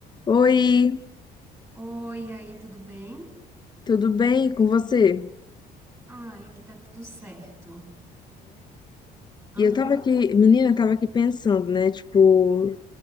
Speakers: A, on the left; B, on the right.
A: Oi,
B: Oi, e aí, tudo bem?
A: tudo bem com você?
B: Ah, aqui tá tudo certo.
A: E
B: Aham,
A: eu tava aqui, menina, eu tava aqui pensando, né? Tipo,